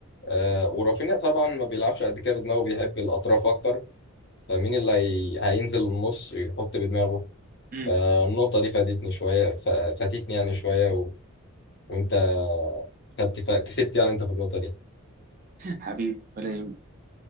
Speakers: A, on the left; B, on the right.
A: آه ورافينيا طبعا ما بيلعبش قد كده بدماغه بيحب الاطراف اكتر فمين اللي هي... هينزل النص يحط بدماغه
B: مم.
A: فالنقطه دي فادتني شويه ف... فاتتني يعني شويه و... وانت خدت ف... كسبت يعني انت في النقطه دي
B: حبيبي ولا يهمك.